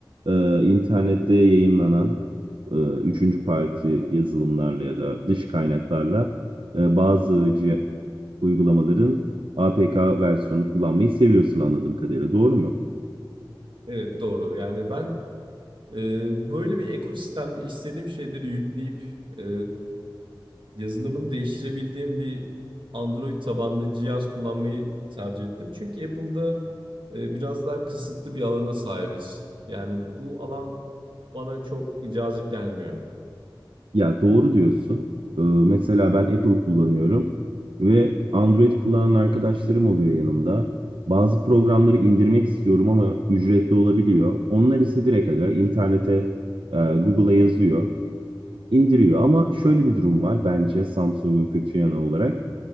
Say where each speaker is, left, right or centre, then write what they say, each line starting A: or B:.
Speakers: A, on the right; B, on the right.
A: e, internette yayınlanan e, üçüncü parti yazılımlarla ya da dış kaynaklarla e, bazı cih- uygulamaların APK versiyonu kullanmayı seviyorsun anladığım kadarıyla. Doğru mu?
B: Evet doğru. Yani ben e, böyle bir ekosistemde istediğim şeyleri yükleyip e, yazılımını değiştirebildiğim bir Android tabanlı cihaz kullanmayı tercih ettim. Çünkü Apple'da e, biraz daha kısıtlı bir alana sahibiz. Yani bu alan bana çok cazip gelmiyor.
A: Ya doğru diyorsun. Ee, mesela ben Apple kullanıyorum ve Android kullanan arkadaşlarım oluyor yanımda. Bazı programları indirmek istiyorum ama ücretli olabiliyor. Onlar ise direkt aga internete, e, Google'a yazıyor, indiriyor. Ama şöyle bir durum var bence Samsung'un kötü yanı olarak.